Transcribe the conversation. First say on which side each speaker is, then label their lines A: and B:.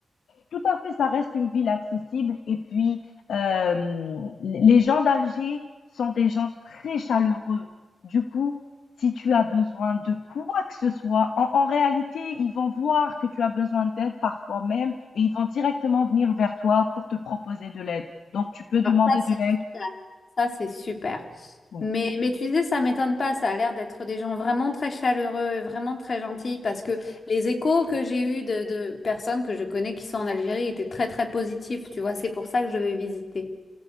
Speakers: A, on the left; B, on the left.
A: Tout à fait, ça reste une ville accessible. Et puis, euh, les gens d'Alger sont des gens très chaleureux. Du coup, si tu as besoin de quoi que ce soit, en, en réalité, ils vont voir que tu as besoin d'aide parfois même et ils vont directement venir vers toi pour te proposer de l'aide. Donc, tu peux demander
B: Alors ça,
A: de
B: c'est
A: l'aide.
B: ça, c'est super.
A: Oui.
B: Mais, mais tu disais, ça m'étonne pas, ça a l'air d'être des gens vraiment très chaleureux, vraiment très gentils, parce que les échos que j'ai eus de, de personnes que je connais qui sont en Algérie étaient très très positifs, tu vois, c'est pour ça que je vais visiter.